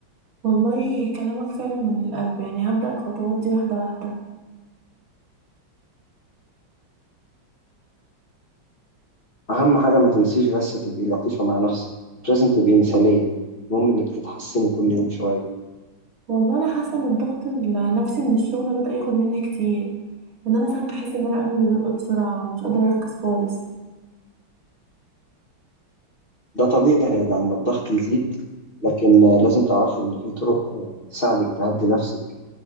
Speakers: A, on the right; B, on the left.
A: والله كلامك فعلا من القلب يعني هبدا الخطوات دي واحده واحده
B: أهم حاجة ما تنسيش بس تبقي لطيفة مع نفسك مش لازم تبقي مثالية المهم إنك تتحسني كل يوم شوية
A: والله انا حاسه ان الضغط النفسي من الشغل بدا ياخد مني كتير ان انا ساعات بحس ان انا قلبي بيدق بسرعه ومش قادره اركز خالص
B: ده طبيعي لما الضغط يزيد لكن آه، لازم تعرفي إن في طرق آه، تساعدك تهدي نفسك